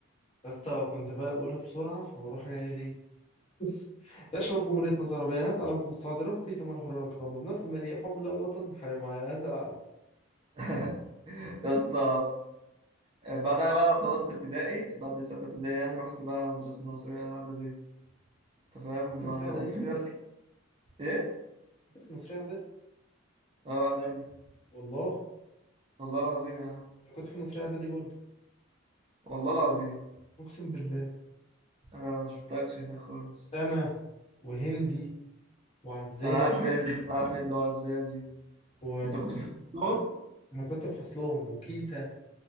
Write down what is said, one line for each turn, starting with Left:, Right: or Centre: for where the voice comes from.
Left: يا اسطى كنت بقى بقولها بسرعة فبروح جاية ليه بص. يا شباب جمهورية مصر العربية هذا علمكم الصاعد يرفرف في سماء الحرية والكرامة بنفس المليئة في حب الله والوطن حيوا معايا هذا العلم
Right: <laughs> يا اسطى آه، بعد انا بقى خلصت ابتدائي بعد ستة ابتدائي يعني رحت بقى مدرسة الناصرية الإعدادية انت فاهم
Left: كنت في النصرية
Right: آه،
Left: إعدادي
Right: <laughs> وفي ناس ك... ايه
Left: كنت في النصرية إعدادي
Right: اه اعدادي
Left: والله
Right: والله العظيم يا عم
Left: أنا كنت في النصرية إعدادي برضه
Right: والله العظيم
Left: أقسم بالله
Right: انا ما شفتكش هناك خالص
Left: أنا وهندي وعزازي
Right: انا عارف ان انا عارف ان دعاء الزازي
Left: و
Right: انت كنت في وسطهم
Left: انا كنت في فصلهم وكيتا